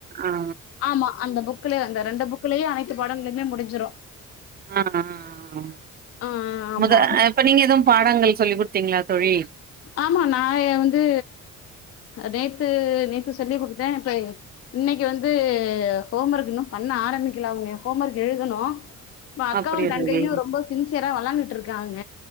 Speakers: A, on the right; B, on the left.
A: ஆ
B: ஆமா அந்த புக்ல அந்த ரெண்டு புக்லயே அனைத்து பாடங்களுமே முடிஞ்சிரு
A: ஆ அ அ
B: ஆ ஆமா
A: மொத இப்ப நீங்க எதும் பாடங்கள் சொல்லி குடுத்தீங்களா தோழி
B: ஆமா நா எ வந்து நேத்து நேத்து சொல்லி குடுத்தே இப்ப இன்னைக்கி வந்து ஹோம் ஒர்க் இன்னு பண்ண ஆரம்பிக்கல அவுங்க ஹோம் ஒர்க் எழுதணு இப்ப அக்காவு
A: அப்படியா
B: தங்கையு
A: தோழி
B: ரொம்ப சின்சியரா வெளாண்டுட்டு ருக்காங்க